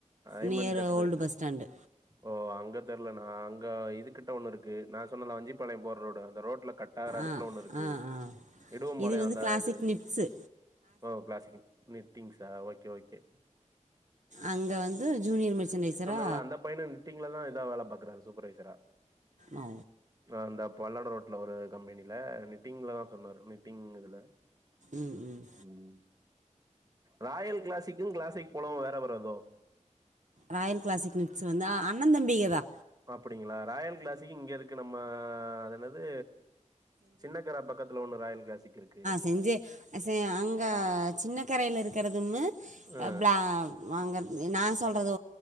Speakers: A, on the right (about 30°); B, on the right (about 70°).
A: ஐமன்
B: near
A: theatre.
B: Old bus stand
A: ஓ அங்க தெர்ல நா அங்க இதுக்கிட்ட ஒண்ணு இருக்கு நா சொன்னல வஞ்சிப்பாளயோ போற ரோடு அந்த ரோட்ல கட் வேற எடத்துல
B: ஆ
A: ஒண்ணு இருக்கு
B: ஆ ஆ
A: இடுவம்பாளயோ
B: இது வந்து
A: காது
B: கிளாசிக் நிட்ஸு
A: ஓ கிளாசிக் நிக்டிங்ஸ் ஆ ஓகே ஓகே
B: அங்க வந்து ஜூனியர் மிர்ச்சன்னைசரா
A: ல்ல அந்த பையனு நிப்டீங்கள தா இதா வேல பாக்குறா சூப்பர்வைசரா
B: ஆ
A: அ இந்த பல்லடம் ரோட்டல ஒரு கம்பெனியில நிட்டிங்ல தா சொன்னாரு நிட்டிங் இதுல
B: ம் ம்
A: ம் ராயல் கிளாசிக்கு கிளாஸிக் போலோவு வேற வேற தோ
B: ராயல் கிளாசிக் நிக்ஸ் வந்து அண்ணந்தம்பிகதா
A: அப்டிங்களா ராயல் கிளாஸிக்கு இங்க இருக்கு நம்ம அதென்னது சின்ன கர பக்கத்துல ஒண்ணு ராயல் கிளாசிக் இருக்கு
B: நெஞ்சே அங்க சின்ன கரையில இருக்கிறது ஒன்னு
A: ஆ
B: ப்ளா வாங்க நா சொல்றது